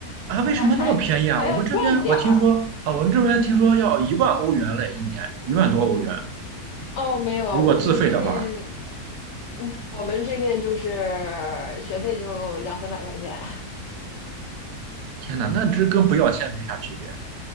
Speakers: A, on the right; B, on the left.
A: 啊，为什么那么便宜啊？
B: 还还还要赚点儿
A: 我们这边我听说啊，我们这边听说要一万欧元嘞，一年一万多欧元，
B: 哦？没有，
A: 如果自费的话，
B: 我们这面，嗯，我们这面就是学费就两三百块钱。
A: 天哪，那这跟不要钱没啥区别。